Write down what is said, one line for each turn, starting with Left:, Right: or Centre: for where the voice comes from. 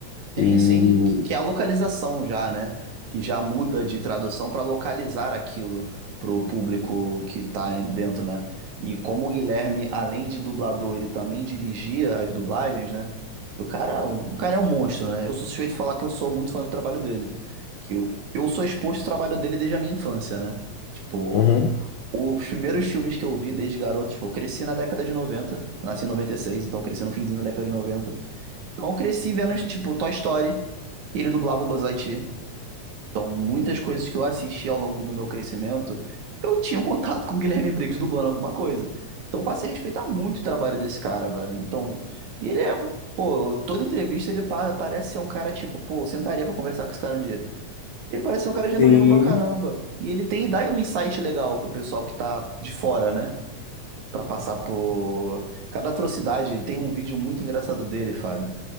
Left: E,
Right: Sim, sim, que que é a localização já, né? Que já muda de tradução para localizar aquilo pro público que tá dentro, né? E como o Guilherme, além de dublador, ele também dirigia as dublagens, né? O cara, o cara é um monstro, né? Eu sou suspeito de falar que eu sou muito fã do trabalho dele. Que eu, eu sou exposto ao trabalho dele desde a minha infância, né? Tipo,
Left: uhum,
Right: os primeiros filmes que eu vi desde garoto, tipo, eu cresci na década de 90. nasci em 96, então cresci no finzinho da década de 90. Então eu cresci vendo, tipo, Toy Story. Ele dublava o Buzz Lightyear. Então muitas coisas que eu assisti ao longo do meu crescimento, eu tinha um contato com o Guilherme Briggs dublando alguma coisa. Então eu passei a respeitar muito o trabalho desse cara, velho. Então, e ele é, um, pô, toda entrevista ele pa- parece ser um cara tipo, pô, eu sentaria pra conversar com esse cara um dia. Ele parece ser um cara genuíno
Left: sim.
Right: pra caramba. E ele tem, dá um insight legal pro pessoal que tá de fora, né? Pra passar por cada atrocidade. ele Tem um vídeo muito engraçado dele, Fábio.